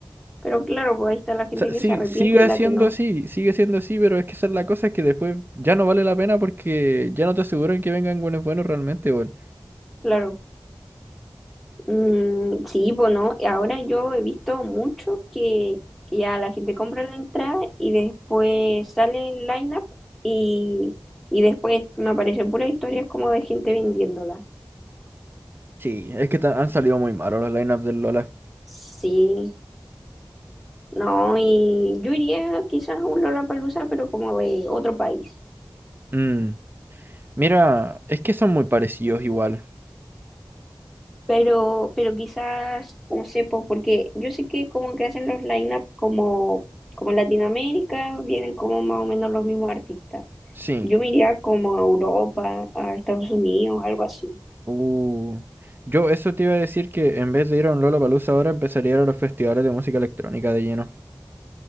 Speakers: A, in the centre; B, on the right.
A: pero claro, pues ahí está la gente
B: O sea,
A: que
B: sí-
A: se arrepiente
B: sigue
A: y la
B: siendo
A: que no.
B: así, sigue siendo así, pero es que esa es la cosa, es que después ya no vale la pena porque ya no te aseguran que vengan buenos buenos realmente, weón.
A: Claro. Mm, sí, pues no. Ahora yo he visto mucho que, que ya la gente compra la entrada y después sale el line-up y, y después me aparecen puras historias como de gente vendiéndola.
B: Sí, es que ta- han salido muy malos los lineups del Lola.
A: Sí. No, y yo iría quizás a un Lollapalooza, pero como de otro país.
B: Mm, mira, es que son muy parecidos igual.
A: Pero, pero quizás, no sé, pues, porque yo sé que como que hacen los line-up como, como Latinoamérica, vienen como más o menos los mismos artistas.
B: Sí.
A: Yo me iría como a Europa, a Estados Unidos, algo así.
B: Uh, yo eso te iba a decir que en vez de ir a un Lollapalooza ahora empezaría a ir a los festivales de música electrónica de lleno.